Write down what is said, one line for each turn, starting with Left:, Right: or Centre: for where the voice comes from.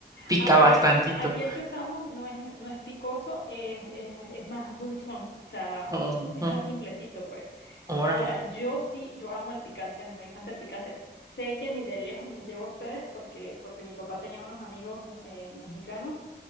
Right: pica
Left: Ah, bueno,
Right: bastantito.
Left: aquí, aquí el que usamos no es, no es picoso, es, es, es más dulzón, o sea,
Right: Ujú,
Left: es más simplecito, pues.
Right: Órale.
Left: Ahora, yo sí, yo amo el picante, a mí me encanta el picante. Sé que ni de lejos les llevo a ustedes porque, porque mi papá tenía unos amigos eh, mexicanos